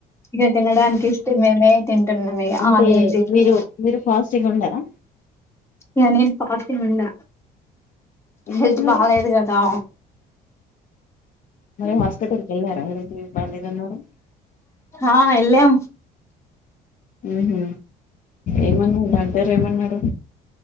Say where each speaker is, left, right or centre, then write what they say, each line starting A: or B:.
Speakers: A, on the left; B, on the left.
A: ఇక తినడానికి ఇష్ట్ మేమే తింటున్నాం ఇక
B: అంటే
A: ఆమె తిందో
B: మీరు మీరు ఫాస్టింగ్ ఉండారా
A: ఇక నేను పాస్టింగ్ ఉండ
B: ఎందుకు
A: హెల్త్
B: మరి
A: బాలేదు కదా
B: మరి హాస్పిటల్కి వెళ్లారా ఈ రోతి బాగలేదన్నారు
A: ఆ వెళ్ళాం
B: మ్ హు ఏమన్నారు డాక్టర్ ఏమన్నారు?